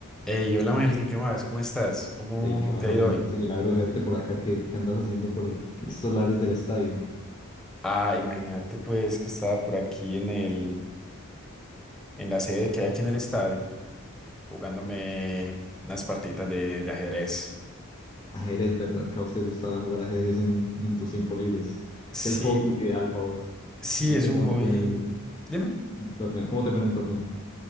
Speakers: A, in the centre; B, on the left (about 20°).
A: Hey, hola Ángel, ¿qué más? ¿Cómo estás? ¿Cómo
B: Ey, ¿qué más,
A: te ha
B: amo?
A: ido hoy?
B: Ese milagro de verte por acá, ¿qué, qué andas haciendo por estos lares del estadio?
A: Ah, imagínate pues que estaba por aquí en el, en la sede que hay aquí en el estadio, jugándome unas partitas de, de ajedrez.
B: Ajedrez, ¿verdad? Que a vos te gusta jugar ajedrez en, en tus tiempos libres.
A: Sí,
B: Es el hobby ideal para vos.
A: sí,
B: ¿Y
A: es
B: qué,
A: un
B: cómo
A: hobby.
B: te fue en el
A: Dime.
B: torneo? ¿Cómo te fue en el torneo?